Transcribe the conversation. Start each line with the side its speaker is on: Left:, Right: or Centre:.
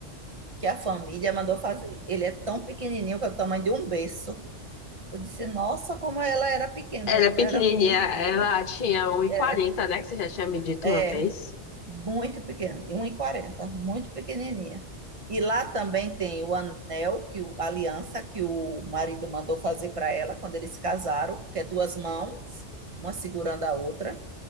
Right: que a família mandou fazer. Ele é tão pequenininho que é o tamanho de um berço. Eu disse, nossa, como ela era pequena.
Left: Ela é pequenininha,
Right: Ela era muito
Left: ela
Right: pequenininha.
Left: tinha um e
Right: Era.
Left: quarenta, né? Que você já tinha me dito
Right: É,
Left: uma vez.
Right: Muito pequeno, e um e quarenta, muito pequenininha. E lá também tem o anel, que o, a aliança que o marido mandou fazer para ela quando eles se casaram, que é duas mãos, uma segurando a outra.